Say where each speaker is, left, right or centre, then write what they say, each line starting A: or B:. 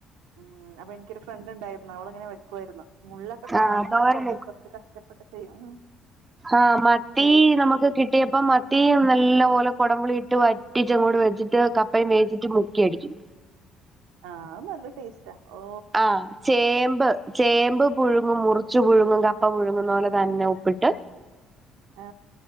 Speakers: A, on the right; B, on the right.
A: ഉം അപ്പൊ എനിക്കൊരു ഫ്രണ്ട് ഉണ്ടായിരുന്നു അവളിങ്ങനെ വെക്കുവായിരുന്നു മുള്ളൊക്കെ കളഞ്ഞെടുത്ത്
B: ആഹ് തോരൻ
A: കൊറച്ച് കഷ്ടപ്പെട്ട് ചെയ്യും
B: ആഹാ മത്തി
A: ചെറിയ
B: നമുക്ക് കിട്ടിയപ്പോ മത്തി നല്ല പോലെ കൊടംപുളി ഇട്ട് വ റ്റിച്ചങ്ങോട്ട് വെച്ചിട്ട് കപ്പയും മേടിച്ചിട്ട് മുക്കി അടിക്കും
A: ആഹ് നല്ല ടേസ് റ്റ ഓ
B: ആ ചേമ്പ് ചേമ്പ് പുഴുങ്ങും മുറ് ച്ചു പുഴുങ്ങും കപ്പ പുഴുങ്ങുന്ന പോലെ തന്നെ ഉപ്പിട്ട്
A: ആ